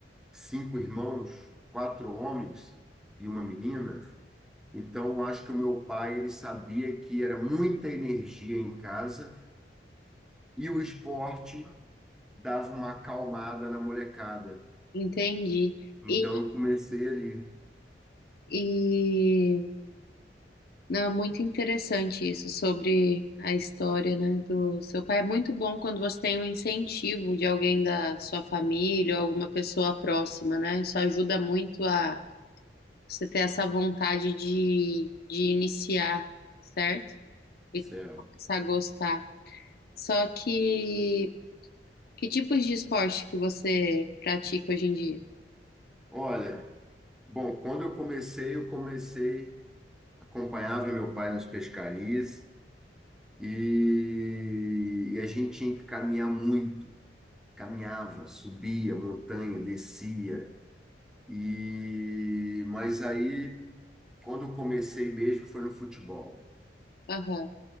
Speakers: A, in the centre; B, on the left (about 60°).
A: cinco irmãos, quatro homens e uma menina, então eu acho que o meu pai ele sabia que era muita energia em casa e o esporte dava uma acalmada na molecada.
B: entendi.
A: Então
B: E,
A: eu comecei ali,
B: e não, é muito interessante isso sobre a história, né, do seu pai. É muito bom quando você tem um incentivo de alguém da sua família ou alguma pessoa próxima, né? Isso ajuda muito a Você ter essa vontade de, de iniciar, certo? E
A: céu.
B: começar a gostar. Só que que tipos de esporte que você pratica hoje em dia?
A: Olha, bom, quando eu comecei, eu comecei, acompanhava meu pai nas pescarias e, e a gente tinha que caminhar muito caminhava, subia montanha, descia e mas aí quando eu comecei mesmo foi no futebol.
B: Aham.